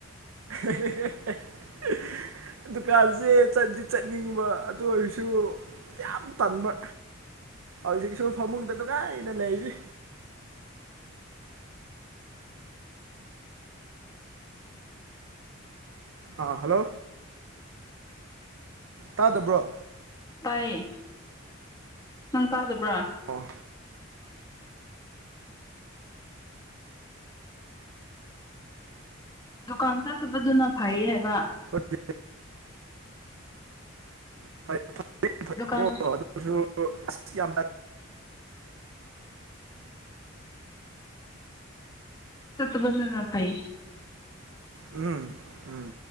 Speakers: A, on the right; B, on the left.
A: <unintelligible> ꯗꯨꯀꯥꯟꯁꯦ ꯆꯠꯗꯤ ꯆꯠꯅꯤꯡꯕ ꯑꯗꯨ ꯑꯣꯏꯔꯁꯨ ꯌꯥꯝ ꯇꯟꯕ ꯍꯧꯖꯤꯛꯁꯨ ꯐꯃꯨꯡꯗ ꯅꯨꯡꯉꯥꯏꯅ ꯂꯩꯔꯤ ꯑꯥ ꯍꯜꯂꯣ ꯇꯥꯗꯕ꯭ꯔꯣ
B: ꯇꯥꯏꯌꯦ ꯅꯪ ꯇꯥꯗꯕ꯭ꯔꯥ
A: ꯑꯣ
B: ꯗꯨꯀꯥꯟ ꯆꯠꯇꯕꯗꯨꯅ ꯐꯩ ꯍꯥꯏꯕ
A: <unintelligible> <unintelligible>
B: ꯗꯨꯀꯥꯟ
A: ꯑꯗꯨꯑꯣꯏꯔꯁꯨ ꯑꯁ ꯌꯥꯝꯅ
B: ꯆꯠꯇꯥꯕꯅꯅ ꯐꯩ
A: ꯎꯝ ꯎꯝ